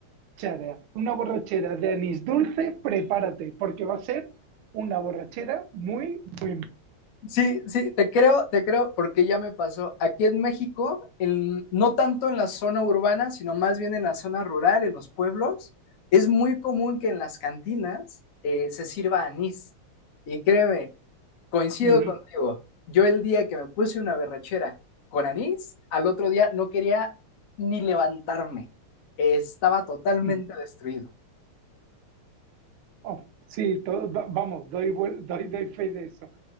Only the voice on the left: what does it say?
Sí, sí, te creo, te creo, porque ya me pasó. Aquí en México, el- no tanto en la zona urbana, sino más bien en la zona rural, en los pueblos, es muy común que en las cantinas eh, se sirva anís. Y créeme, coincido
contigo. Yo el día que me puse una berrachera con anís, al otro día no quería ni levantarme. Eh, estaba totalmente
destruido.